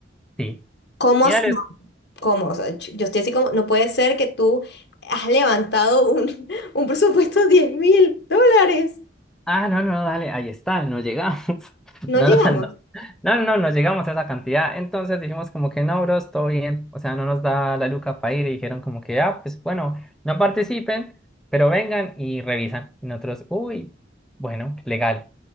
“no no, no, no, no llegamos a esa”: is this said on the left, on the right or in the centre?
Centre